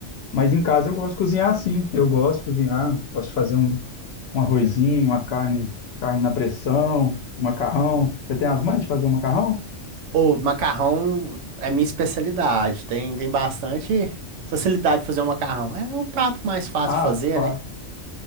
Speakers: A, on the left; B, on the right.
A: Mas em casa eu gosto de cozinhar assim. Eu gosto de cozinhar, gosto de fazer um, um arrozinho, uma carne, carne na pressão, um macarrão. Você tem as mães de fazer um macarrão?
B: O macarrão é minha especialidade. Tem, tem bastante facilidade de fazer um macarrão. É um prato mais fácil
A: Ah,
B: de fazer,
A: para.
B: né?